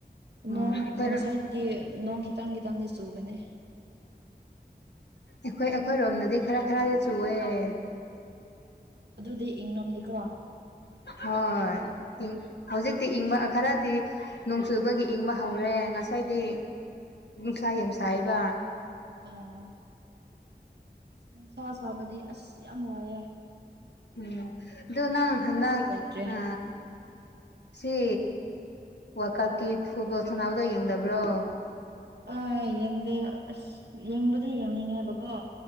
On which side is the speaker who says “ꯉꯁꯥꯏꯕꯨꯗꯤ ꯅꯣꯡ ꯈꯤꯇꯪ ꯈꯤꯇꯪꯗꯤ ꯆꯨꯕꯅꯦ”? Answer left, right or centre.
Right